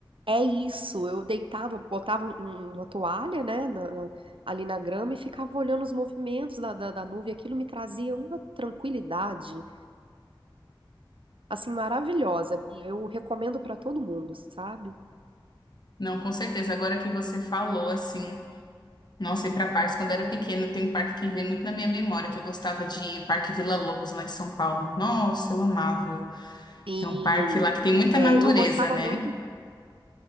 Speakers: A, on the right; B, on the left.
A: é isso, eu deitava, botava
B: <laughs>
A: um- um- uma toalha, né, na- na- ali na grama e ficava olhando os movimentos da, da, da nuvem. Aquilo me trazia uma tranquilidade, assim, maravilhosa. E Eu recomendo para todo mundo, sabe?
B: Não, com certeza. Agora que você falou, assim, nossa, ir para parques, quando era pequeno, tem um parque que vem muito na minha memória, que eu gostava de ir, o Parque Vila Lobos, lá em São Paulo. Nossa, eu amava.
A: Sim,
B: É um parque lá que tem muita
A: é,
B: natureza,
A: eu gostava
B: né?
A: muito.